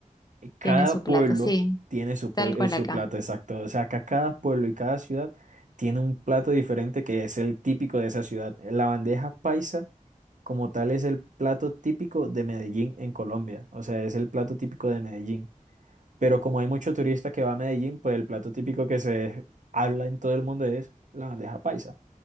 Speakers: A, on the right; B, on the left.
A: cada
B: Tiene su
A: pueblo
B: plato, sí,
A: tiene su, pue-
B: tal
A: eh,
B: cual
A: su
B: acá.
A: plato exacto. O sea, acá cada pueblo y cada ciudad tiene un plato diferente que es el típico de esa ciudad. La bandeja paisa como tal es el plato típico de Medellín en Colombia, o sea, es el plato típico de Medellín. Pero como hay mucho turista que va a Medellín, pues el plato típico que se habla en todo el mundo es la bandeja paisa.